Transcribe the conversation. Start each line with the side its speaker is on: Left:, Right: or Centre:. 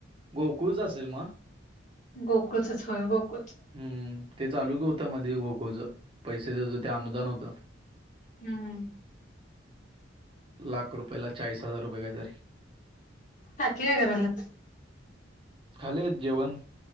Right: गोकुळच असेल मग....
Left: गोकुळचच होय गोकुळच
Right: हम्म ते चालूक होतं मध्ये गोकुळच... पैसे देत होती अनुदान होत...
Left: हम्म....
Right: लाख रुपयेला चाळीस हजार रुपये काहीतरी....
Left: काकी काय करायला लागल्यात....
Right: खाली हायत जेवण...